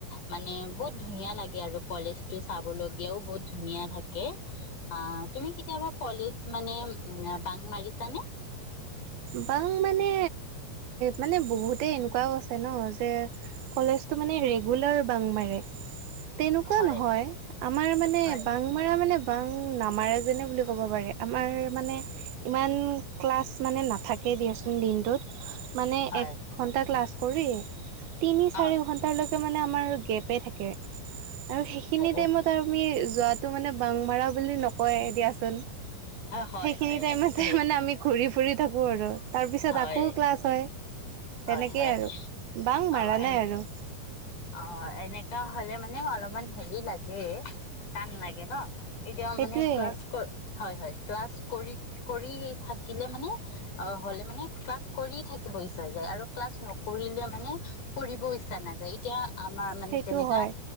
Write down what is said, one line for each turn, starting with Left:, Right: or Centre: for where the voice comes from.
Left: মানে বহুত ধুনীয়া লাগে আৰু কলেজতটো চাবলগীয়াও বহুত ধুনীয়া থাকে অ', তুমি কেতিয়াবা কলেজ মানে উ বাং মাৰিছানে?
Right: বা মানে মানে বহুত তে এনেকুৱাও আছে ন' যে কলেজটো মানে ৰেগুলাৰ বাং মাৰে। তেনেকুৱা
Left: হয়
Right: নহয় আমাৰ মানে
Left: হয়
Right: বাং মৰা মানে পাং নামাৰে যেনে বুলি ক'ব পাৰে আমাৰ। মানে ইমান ক্লাছ মানে নাথাকেই দিয়াচোন দিনটোত। মানে
Left: হয়
Right: এক ঘণ্টা ক্লাছ কৰি তিনি
Left: অ
Right: চাৰি ঘণ্টালৈ মানে আমাৰ আৰু গেপে থাকে। আৰু সেইখিনি
Left: অ
Right: টাইমত আমি যোৱাত টো মানে বাং মাৰা বুলি নকয় দিয়াচোন।
Left: হয়
Right: সেইখিনি
Left: হয়
Right: টাইমতে
Left: এনেকে
Right: মানে আমি ঘূৰি থাকো আৰু তাৰ পিছত
Left: হয়
Right: আকৌ ক্লাছ হয়।
Left: হয়
Right: তেনেকেই
Left: হয়
Right: আৰু বাং
Left: অ
Right: মাৰা
Left: এনে
Right: নাই আৰু।
Left: অ এনেকা হলে মানে অলপমান হেৰি লাগে। টান লাগে ন এতিয়া
Right: সেইটোৱে
Left: মানে ক্লাছ ক'ত হয় হয়। ক্লাছ কৰি কৰি থাকিলে মানে অ হ'লে মানে ক্লাছ কৰি থাকিব ইচ্ছা যায় আৰু ক্লাছ নকৰিলে মানে কৰিব ইচ্ছা নাযায়। তিয়া। আমাৰ মানে
Right: সেইটো
Left: যেনেকা
Right: হয়